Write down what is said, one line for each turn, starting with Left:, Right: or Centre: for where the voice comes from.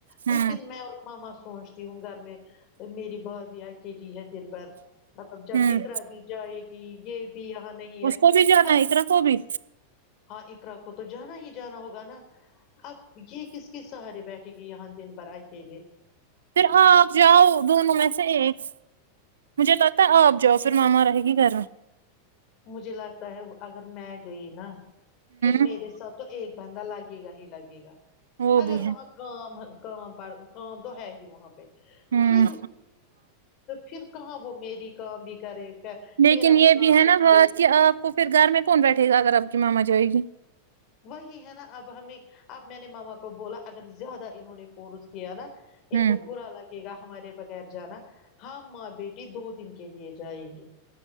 Right: ہوں
Left: لیکن میں ا ماواں سوچتا ہوں گھر میں میری با بھی اکیلی ہے دن بھر مطلب جب
Right: ہوں
Left: اقرا بھی جائے گی کہ یہ بھی یہاں نہیں ہے
Right: اس کو بھی جو نا
Left: اب
Right: ہے اتر کوبھی
Left: ہاں اقرق کو تو جانا ہی جانا ہوگا نا اب یہ کس کس سہارے بیٹھے ٹ گ یہ ہاں دن برا ہے کے لیے
Right: پھر آپ جاؤ دونوں میں سے ایک مجھے لگتا ہے آپ ج پھر ماما رہے گی گھر
Left: مجھے لگتا ہے اگر میں گئی نا پھر
Right: ہوں
Left: میرے ساتھ تو ایک بندہ لگے گا ہی لگے گا
Right: وہ
Left: اگر
Right: بھی
Left: وہاں
Right: ہے
Left: کا کام پر کام تو ہے ہی وہاں پہ
Right: ہوں
Left: پھر پھر کہاں وہ میری یک بھی کرے
Right: لیکن
Left: میرا
Right: یہ
Left: بھی کام
Right: بھی ہے
Left: کریں
Right: نا بہت
Left: گے
Right: کہ آپ کو پھر گھر میں کون بیٹھے گا اگر آپ کی ماما مزہ آئے گی
Left: وہی ہے نا اب ہمیں آب میں نے ما کو بولا اگر زیادہ انہوں نے پورس کی ہے نا ان
Right: ہوں
Left: کو برا لگے گا ہمارے بغیر جانا ہاں ماں بیٹی دو دن کے لیے جائیں گے